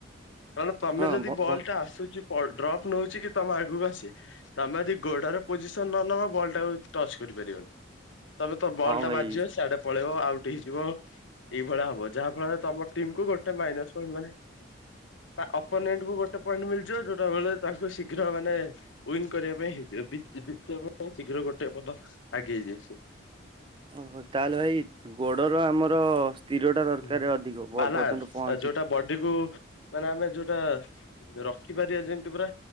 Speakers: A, on the left (about 75°); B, on the right (about 25°).
A: କାରଣ ତମେ
B: ହଁ
A: ଯଦି
B: ଭ
A: ବଲ୍
B: ଭ
A: ଟା ଆସୁଚ। ଡ୍ରପ୍ ନେଉଛି କି ତମେ ଆଗକୁ ଆସ ତମେ ଯଦି ଗୋଟାର ପୋଜିସନ ନ ନବା ବଲ୍ ଟାକୁ ଟଚ କରିପାରିବନି। ତେବେ ତୋ ବଲ
B: ହଁ
A: ଟା
B: ଭାଇ।
A: ବାଜିବ ସିଆଡେ ପଳେଇବ। ହେଇଯିବ ଏଇଳିଆ ହବ ଯାହା ଫଳ ତମ ଟିକୁୁ ଗୋଟେ ମଣ୍ଟ ମାନେପୋନଣ୍ଟ କ ଗୋଟେ ପଏଣ୍ଟ ମିଯିବ ଯୋଉଟା ତା ଶୀଘ୍ର ମାନେ ଉୱନ୍ କରିବା ପାଇଁ ହେଇ ଜିତିବା ପାଇଁ ଶୀଘ୍ର ଗୋଟେ ପଦ ଆଗେଇ ହେଇଯାଇଛି।
B: ଓହୋ ତାହେଲେ ଭାଇ ଗୋଡର ଆମର ର ସ୍ଥିର ଟା ଦରକାର
A: ହୁଁ
B: ଅଧିକ ଭଲ
A: ବାଲାନ୍ସ
B: ପର୍ଯ୍ୟନ୍ତ ପହଞ୍ଚି
A: ଯୋଉଟା ବଡିକୁ ମାନେ ଆମେ ଯୋଉଟା ରଖିପାରିବା ଯେମିତି ପୁରା